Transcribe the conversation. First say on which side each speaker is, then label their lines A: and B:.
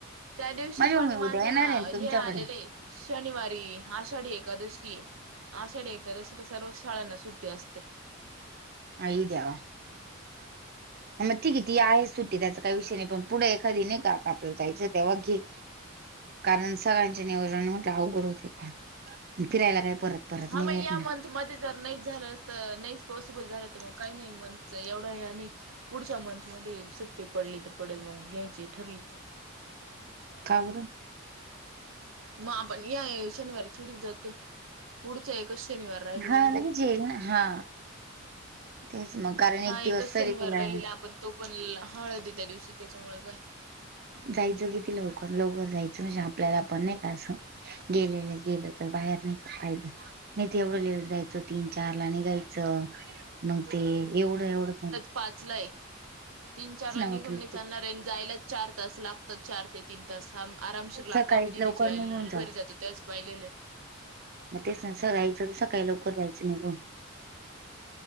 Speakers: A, on the right; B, on the right.
A: त्या दिवशी
B: माझी
A: पण
B: मम्मी
A: माझं
B: उद्या येणार आहे
A: हे
B: तुमच्याकडे
A: आलेलंये. शनिवारी आषाढी एकादशी ये. आषाढी एकादशीला सर्वच शाळांना सुट्टी असते.
B: आई देवा. मग ठीक आहे ती आहे सुट्टी त्याचा काही विषय नाही, पण पुढे एखादी नाही का आता आपल्याला जायचं तेव्हा घे. कारण सगळ्यांचे नियोजन म्हटलं अवघड, होते काय फिरायला, काय परत? परत
A: हा
B: नाही
A: म
B: भेटणार.
A: या मंथ मदीज जर नाहीच झालं तर नाहीच पॉसिबल झालं तर मग काही नाही म्हण एवढं नाही. पुढच्या मंथ मध्ये सुट्टी पडली तर पडेल मग घ्यायची ठरली तर
B: काबर
A: मग आपण या शनिवारी थोडीच जात पुढचं आहे कसं शनिवार राहिलेलं
B: हा
A: आहे
B: लगेच
A: ना.
B: हा तेच मग कारण
A: हा
B: एक
A: एकच
B: दिवस चाले
A: शनिवार
B: तुला
A: राहिलेला आपण तो पण हळदी आहे, त्या दिवशी त्याच्यामुळे काय.
B: जायचं किती लवकर-लवकर जायचं, म्हणजे आपल्याला पण नाही का असं? गेलेलं गेलं, तर बाहेर नाही का फायदा. नाही, ते एवढं लेट जायचं, तीन-चार ला निघायचं, मग ते एवढं-एवढं
A: पाचलाय. तीन, चार ला निघून
B: मग तू
A: नाही चालणार आहे आणि जायलाच चार तास लागतात, चार ते तीन तास हा आरामशीर लागत.
B: सकाळी
A: आम्ही दिदीच्या
B: लवकर निघून जाऊ
A: घरी जातो त्यावेळेस पाहिलेले ये.
B: मग ते <unintelligible> सकाळी लवकर जायचं निघून.